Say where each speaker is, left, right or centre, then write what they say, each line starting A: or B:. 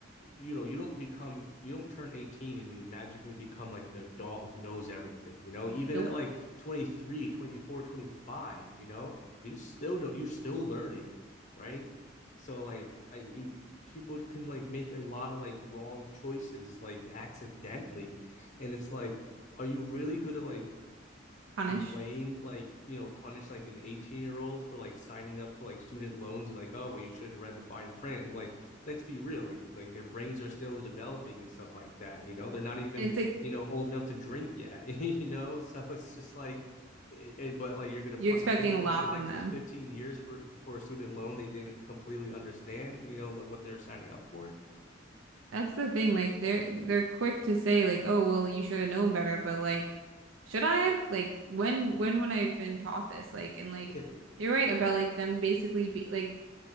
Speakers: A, on the left; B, on the right.
A: you know you don't become you don't turn 18 and you magically become like an adult who knows everything you know even
B: Nope.
A: at like 23, 24, 25. you know you just still don't you're still learning right so like i you people can like make a lot of like wrong choices like accidentally and it's like are you really good at like
B: Punish.
A: blame like you know punish like an 18 year old for like signing up for like student loans and like oh well you should have read the fine print and like let's be real like like their brains are still developing and stuff like that you know they're not even
B: And it's like
A: you know old enough to drink yet <laughs> you know so it's just like it, it- but like you're going to
B: you're
A: punish
B: expecting
A: them for
B: a lot
A: like the
B: from
A: next
B: them.
A: 15 years for for a student loan they didn't completely understand you know like, what they're signing up for
B: That's the thing. Like they're they're quick to say like, oh well you should have known better, but like should I have? Like when when would I have been taught this? Like and like
A: yeah
B: you're right about like them basically be like